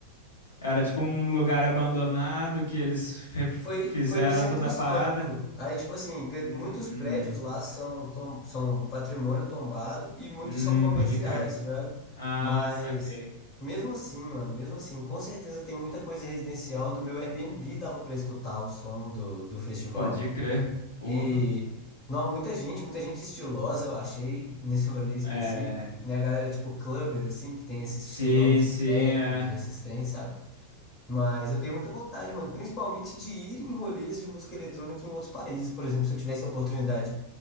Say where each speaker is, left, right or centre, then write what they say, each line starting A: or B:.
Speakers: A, on the left; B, on the left.
A: Era tipo um lugar abandonado que eles fe-
B: Foi,
A: fizeram
B: foi no centro
A: toda
B: histórico.
A: a parada.
B: Aí, tipo assim, ga-
A: Hum,
B: muitos prédios lá são, tom- são patrimônio tombado e muitos
A: hum,
B: são comerciais,
A: pode crer.
B: fraga.
A: Ah,
B: Mas,
A: saquei.
B: mesmo assim, mano, mesmo assim, com certeza tem muita coisa residencial. Do meu Airbnb dava pra escutar o som do, do festival.
A: Pode crer. Porra.
B: E, não, muita gente, muita gente estilosa, eu achei, <laughs> nesse rolê específico.
A: É.
B: Né, a galera, tipo, clubber, assim, que tem esse
A: Sim,
B: estilão de
A: sim,
B: techno,
A: é.
B: desses trens, sabe? Mas eu tenho muita vontade, mano, principalmente de ir em rolês de música eletrônica em outros países. Por exemplo, se eu tivesse a oportunidade